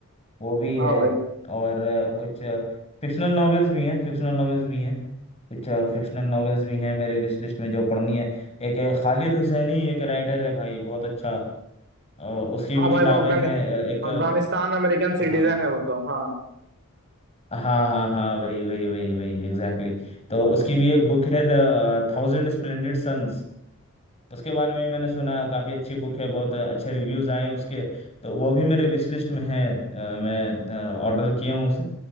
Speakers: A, on the left; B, on the right.
A: वो भी
B: हाँ
A: है
B: भाई
A: और अ, कुछ फिक्शनल नॉवेल्स भी हैं फिक्शनल नॉवेल्स भी हैं कुछ फिक्शनल नॉवेल्स भी हैं मेरे विश लिस्ट में जो पढ़नी है एक अ, खालिद हुसैनी एक राइटर है भाई बहुत अच्छा अ, उसकी
B: हाँ
A: भी
B: भाई
A: किताबें
B: वो अफगानि
A: हैं अ, एक
B: अफगानिस्तान अमेरिकन सिटीजन
A: अ, हाँ
B: है वो तो हाँ
A: हाँ हाँ हाँ वही वही वही वही एग्जैक्टली exactly. तो उसकी भी एक बुक है द थाउजेंड स्प्लेंडेड सन्स उसके बारे में मैंने सुना काफी अच्छी बुक है बहुत अच्छे रिव्यूज आए हैं उसके तो वो भी मेरे विश लिस्ट में है अ, मैं ऑर्डर किया हूँ उसे